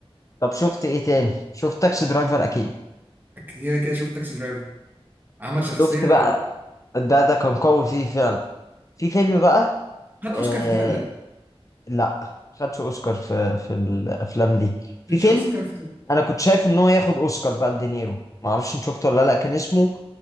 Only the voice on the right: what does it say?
كده كده شفت تاكسي درايفر عمل شخصيه
خد
اوسكار في دي ولا لا؟
مش
اوسكار في